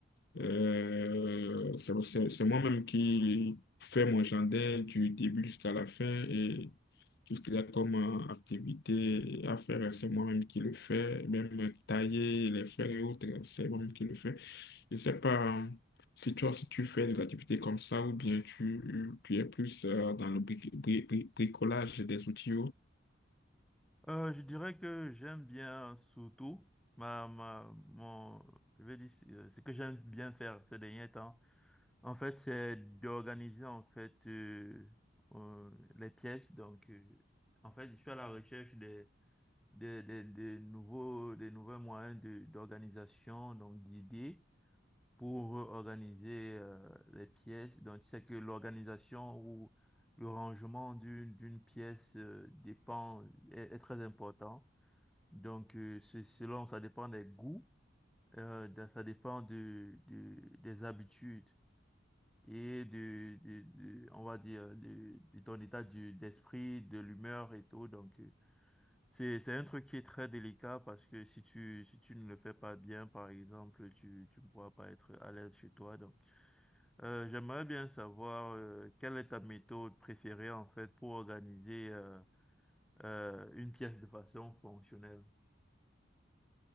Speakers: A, on the left; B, in the centre.
A: Euh, c'est c'est- c'est moi-même qui fais mon jardin du début jusqu'à la fin et tout ce qu'il y a comme euh, activité à faire, c'est moi-même qui le fais. Même tailler les fleurs et autres, c'est moi-même qui le fais. Je sais pas euh, si toi, si tu fais des activités comme ça ou bien tu, tu es plus euh, dans le bri- bri- bri- bricolage des outils.
B: Euh, je dirais que j'aime bien surtout ma, ma, mon, je vais dire, euh, ce que j'aime bien faire ces derniers temps. En fait, c'est d'organiser en fait euh, euh, les pièces. Donc, euh, en fait, je suis à la recherche des, des, des, des nouveaux, des nouveaux moyens de, d'organisation, donc d'idées pour organiser euh, les pièces. Donc, tu sais que l'organisation ou le rangement d'une d'une pièce euh, dépend est est très important. Donc, euh, c'est selon, ça dépend des goûts, euh, de- ça dépend de, de- des habitudes et de, de- de- on va dire, de, de ton état du- d'esprit, de l'humeur et tout. Donc, euh, c'est, c'est un truc qui est très délicat parce que si tu, si tu ne le fais pas bien, par exemple, tu, tu ne pourras pas être à l'aise chez toi. Donc, euh, j'aimerais bien savoir, euh, quelle est ta méthode préférée, en fait, pour organiser, euh, euh, une pièce de façon fonctionnelle.